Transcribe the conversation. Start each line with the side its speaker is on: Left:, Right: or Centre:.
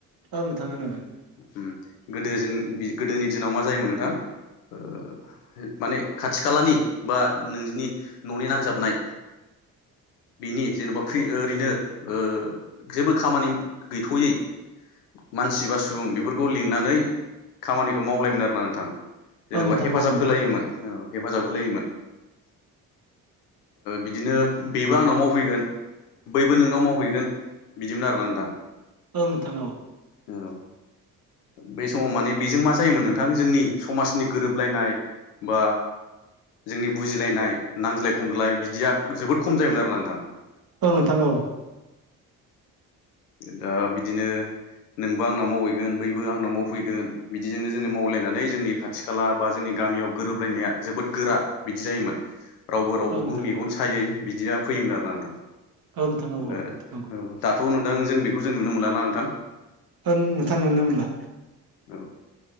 Right: औ नोंथां होनोमोन
Left: उम गोदो जों गोदोनि दिनाव मा जायोमोन नोंथां ओ माने खाथि खालानि बा नोंजिनि न'नि नांजाबनाय बेनि जेन'बा फो ओरैनो ओ जेबो खामानि गैथ'यै मानसि बा सुबुं बेफोरखौ लिंनानै खामानिखौ मावलायोमोन आरो ना नोंथां जेन'बा
Right: औ नोंथां
Left: हेफाजाब
Right: मावोमोन
Left: होलायोमोन औ हेफाजाब होलायोमोन बिदिनो बेबो आंनाव मावफैगोन बैबो नोंनाव मावहैगोन बिदिमोन आरोना नोंथां
Right: औ नोंथां औ
Left: औ बे समाव माने बेजों मा जायोमोन नोंथां जोंनि समाजनि गोरोबलायनाय बा जोंनि बुजिलायनाय नांज्लाय खमज्लाय बिदिया जोबोद खम जायोमोन आरोना नोंथां
Right: औ नोंथां औ
Left: दा बिदिनो नोंबो आंनाव मावैगोन बैबो आंनाव मावफैगोन बिदिजोंनो जोंनो मावलायनानै जोंनि खाथि खाला बा जोंनि गामियाव गोरोबलायनाया जोबोद गोरा बिदि जायोमोन रावबो रावखौबो
Right: औ नोंथां
Left: मेगन सायै बिद बिदिया फैयोमोन आरोना नोंथां
Right: औ नोंथां औ
Left: दा
Right: औ नंगौ
Left: दाथ' औ नोंथां जों बेखौ जों नुनो मोनला ना नोंथां
Right: ओ नोंथां नुनो मोनला
Left: औ